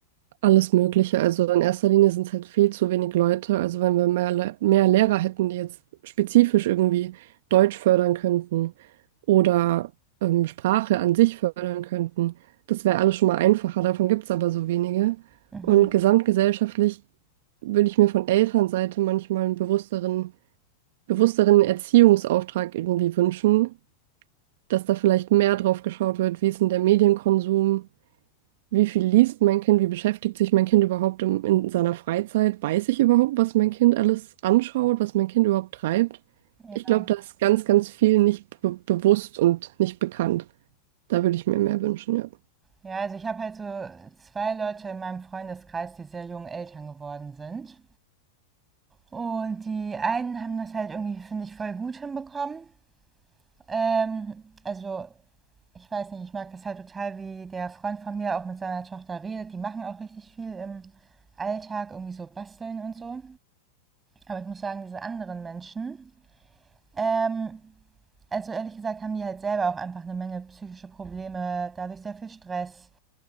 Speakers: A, on the right; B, on the right.
A: Alles Mögliche. Also in erster Linie sind es halt viel zu wenig Leute. Also wenn wir mehr, Le- mehr Lehrer hätten, die jetzt spezifisch irgendwie Deutsch fördern könnten oder ähm, Sprache an sich fördern könnten, das wäre alles schon mal einfacher. Davon gibt es aber so wenige.
B: Mhm.
A: Und gesamtgesellschaftlich würde ich mir von Elternseite manchmal einen bewussteren, bewussteren Erziehungsauftrag irgendwie wünschen, dass da vielleicht mehr drauf geschaut wird, wie ist denn der Medienkonsum. Wie viel liest mein Kind? Wie beschäftigt sich mein Kind überhaupt in, in seiner Freizeit? Weiß ich überhaupt, was mein Kind alles anschaut, was mein Kind überhaupt treibt?
B: Ja.
A: Ich glaube, da ist ganz, ganz viel nicht be bewusst und nicht bekannt. Da würde ich mir mehr wünschen, ja.
B: ja, also ich habe halt so zwei Leute in meinem Freundeskreis, die sehr jung Eltern geworden sind. Und die einen haben das halt irgendwie, finde ich, voll gut hinbekommen. Ähm, also Ich weiß nicht, ich mag das halt total, wie der Freund von mir auch mit seiner Tochter redet. Die machen auch richtig viel im Alltag, irgendwie so basteln und so. Aber ich muss sagen, diese anderen Menschen, ähm, also ehrlich gesagt, haben die halt selber auch einfach eine Menge psychische Probleme, dadurch sehr viel Stress.